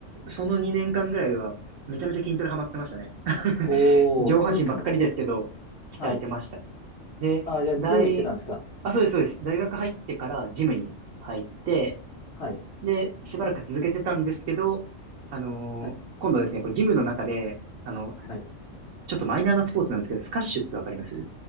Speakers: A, on the right; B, on the left.
A: その2年間ぐらいは、めちゃめちゃ筋トレハマってましたね。<laughs>
B: おー。
A: 上半身ばっかりですけど、
B: そ、
A: 鍛えてました。
B: はい。
A: で、
B: ああ、じゃあ、ジム行ってたんですか。
A: 大、あ、そうです、そうです。大学入ってからジムに入って、
B: はい。
A: で、しばらく続けてたんですけど、あのー今度はですね、
B: はい。
A: こうジムの中で、あの、
B: はい。
A: ちょっとマイナーなスポーツなんですけど、スカッシュってわかります